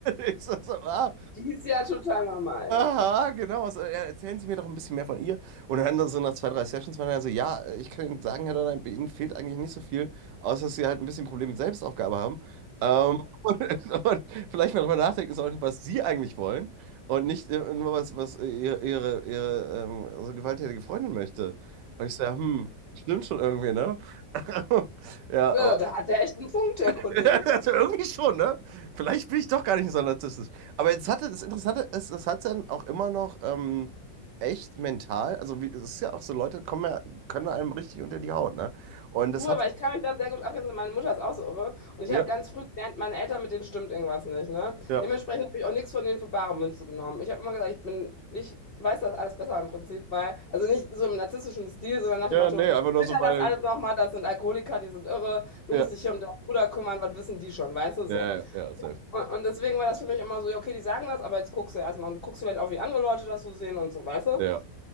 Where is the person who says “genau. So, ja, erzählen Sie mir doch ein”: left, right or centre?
Right